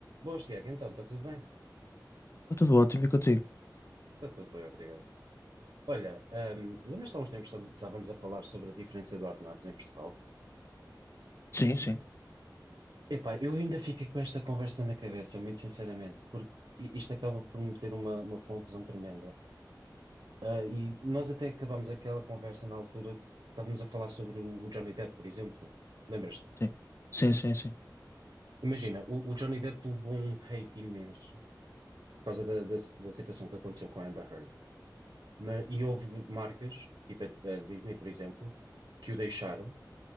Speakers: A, on the right; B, on the left.
A: Boas, Tiago. Então, está tudo bem?
B: Está tudo ótimo e contigo?
A: Está tudo bem, obrigado. Olha, ahm, lembras-te há uns tempos que estávamos a falar sobre a diferença de ordenados em Portugal?
B: Sim, sim,
A: Epá, eu ainda fiquei com esta conversa na cabeça, muito sinceramente, porque i- isto acaba por me ter uma, uma confusão tremenda. Ah, e nós até acabámos aquela conversa na altura que estávamos a falar sobre o, o Johnny Depp, por exemplo. Lembras-te?
B: sim. Sim, sim, sim.
A: Imagina, o, o Johnny Depp levou um hate imenso por causa da, da, da situação que aconteceu com a Amber Heard. Ma- e houve marcas, tipo a, a Disney, por exemplo, que o deixaram,